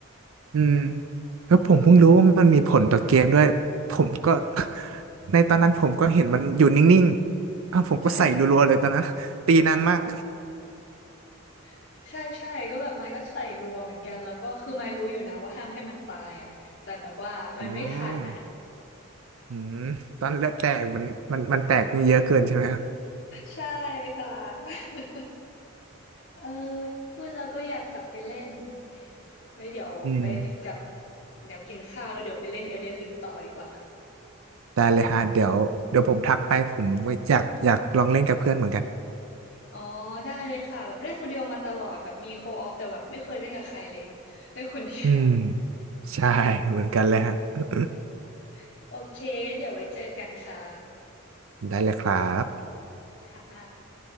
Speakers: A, on the right; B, on the left.
A: อืมแล้วผมเพิ่งรู้ว่ามันมีผลต่อเกมด้วยผมก็
B: อืม
A: <laughs> ในตอนนั้นผมก็เห็นมันอยู่นิ่งๆอ้าวผมก็ใส่รัวๆเลยตอนนั้น
B: ใช่
A: <laughs> ตีนานมาก
B: <laughs> ใช่ใช่ก็แบบไม้ก็ใส่รัวเหมือนกันแล้วก็คือไม้รู้อยู่นะว่าห้ามให้มันตายอ่ะแต่แบบว่ามันไม่ทันอ่ะ
A: <laughs> อืม อืมตอนเลือดแตกมันมันมันแตกนี่เยอะเกินใช่ไหมครับ
B: ใช่ค่ะ <laughs> เออพูดแล้วก็อยากกลับไปเล่นไว้เดี๋ยวไปกลับ
A: <laughs> อืม
B: เดี๋ยวกินข้าวแล้วเดี๋ยวไปเล่น Elden Ring ต่อดีกว่า
A: ได้เลยฮะเดี๋ยวเดี๋ยวผมทักไปผมอยากอยากลองเล่นกับเพื่อนเหมือนกัน
B: อ๋อได้เลยค่ะแบบเล่นคนเดียวมาตลอดแบบมีโคออฟแต่แบบไม่เคยเล่นกับใครเลยเล่นคนเดียว
A: อืมใช่เหมือนกันเลยฮะ <laughs>
B: <laughs> โอเคงั้นเดี๋ยวไว้เจอกันค่ะ
A: ได้เลยครับ
B: ค่ะ